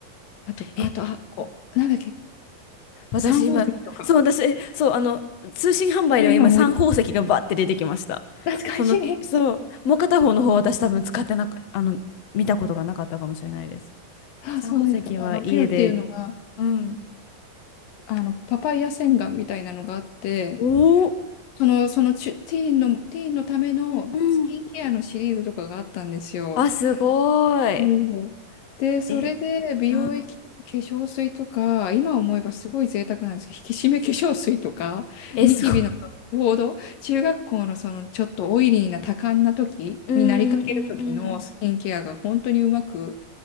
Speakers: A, on the left; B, on the left.
A: あと、あと、
B: え、
A: あ、こう、なんだっけ、
B: 私今、
A: サン宝石とか。
B: そう、私、えそう、あの、通信販売では今、
A: それ今思い出す。
B: 三宝石がバッて出てきました。
A: 懐かしい。
B: その、そう、もう片方の方、私多分使ってなか、あの、見たことがなかったかもしれないです。
A: あ、
B: 三宝石は家で、
A: そうですか。あの、ピューっていうのが、
B: うん。
A: あの、パパイヤ洗顔みたいなのがあって、
B: おお、
A: その、そのチュ、ティーンの、ティーンのためのスキンケアのシリーズとかがあったんですよ。
B: うんうん。あ、すごい。
A: そうで、それで美容液とか化粧水とか、
B: え、うん。
A: 今思えばすごい贅沢なんですけど、引き締め化粧水とか、
B: え、
A: ニキビのちょうど中学校のそのちょっとオイリーな多感な時になりかける時のスキンケアが本当にうまく、
B: すごい。うんうんうんうん。